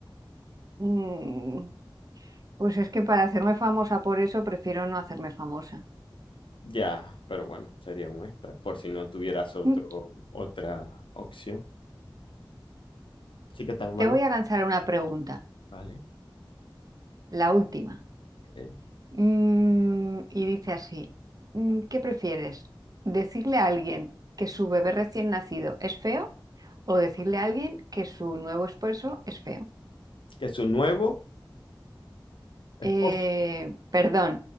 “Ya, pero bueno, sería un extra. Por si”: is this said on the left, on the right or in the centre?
Left